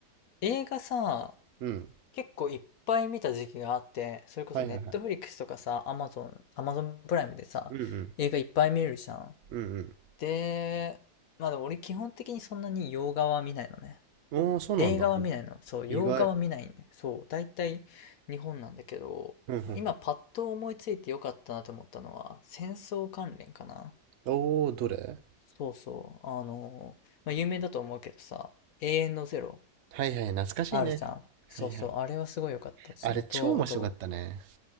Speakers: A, on the left (about 65°); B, on the right (about 60°).
A: 映画さ、
B: うん。
A: 結構いっぱい見た時期があって、それこそネットフリックスとかさ、
B: はいはいはい。
A: アマゾン、アマゾンプライムでさ、
B: うんうん。
A: 映画いっぱい見るじゃん。
B: うん
A: で、まあでも俺基本的にそんなに洋画は見ないのね。
B: うん。おー、そうなんだ。
A: 映画は見ないの。
B: い
A: そう、洋画は見ないんで。
B: 意外。
A: そう、大体日本なんだけど、
B: うんう
A: 今パッと思いついてよかったなと思ったのは、戦争関連かな。
B: ん。おー、どれ
A: そうそう。あのーまあ有名だと思うけどさ、永遠のゼロ
B: はいはい、懐かしいね。
A: あるじゃん。そうそう、
B: はいはい。
A: あれはすごい良かったっつのと、
B: あれ超面白かったね。
A: あと、